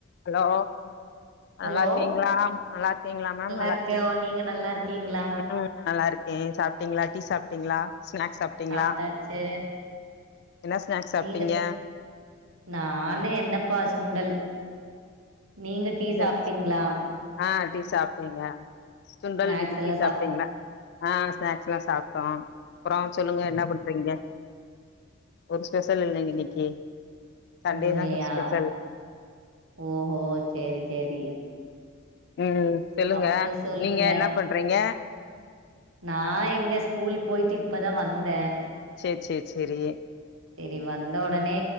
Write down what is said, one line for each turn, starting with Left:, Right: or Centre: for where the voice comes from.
Left: hello
Right: Hello
Left: நல்லா இருக்கீங்களா நல்லா இருக்கீங்களா மேம் நல்லா
Right: இருக்கே
Left: இருக்கீங்களா
Right: நீங்க நல்லா இருக்கீங்களா
Left: ம் நல்லா இருேன் சாப்ட்டீங்களா டீ சாப்பிட்டீங்களா ஸ்நாக்ஸ் சாப்ட்டீங்களா
Right: சாப்ட்டாச்சு
Left: என்ன ஸ்நாக்ஸ் சாப்ட்டீங்க
Right: நீங்க ஸ் நானு என்னப்பா சுண்டல் நீங்க டீ
Left: சரி
Right: சாப்ட்டீங்களா
Left: ஆ டீ சாப்ட்டங்க சுண்டல்
Right: ஸ்நாக்ஸ்
Left: வித்
Right: எல்லா
Left: டீ சாப்ட்டீங்களா ஆ ஸ்நாக்ஸ் எல்லா சாப்ட்டோம் அப்றம் சொல்லுங்க என்ன பண்றீங்க ஒரு ஸ்பெஷல் இல்லங்க இன்னைக்கு சண்டே
Right: ஒன்னுலயா
Left: தாங்க ஸ்பெஷல்
Right: ஓஹோ சேரி சேரி
Left: ம் சொல்லுங்க
Right: அப்றோ சொல்லுங்க
Left: நீங்க என்ன பண்றீங்க
Right: நா எங்க ஸ்கூல் போயிட்டு இப்பதா வந்த
Left: ச்செ ச்செ செரி
Right: சரி வந்த ஒடனே